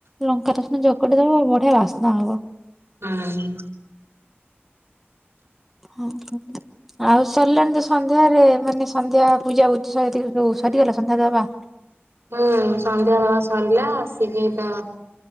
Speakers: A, in the centre; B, on the right.
A: ଲଙ୍କାର ଚକଟି ଦବ ବଢିଆ ବାସ୍ନା ହବ।
B: ହୁଁ।
A: ଆଉ ସରିଲାଣି ତ ସନ୍ଧ୍ୟାରେ ମାନେ ସନ୍ଧ୍ୟା ପୂଜା <unintelligible> ସରିଗଲା ସନ୍ଧ୍ୟାଦବା।
B: ହୁଁ ସନ୍ଧ୍ୟାଦେବା ସରିଲା। ଆସିକି ତ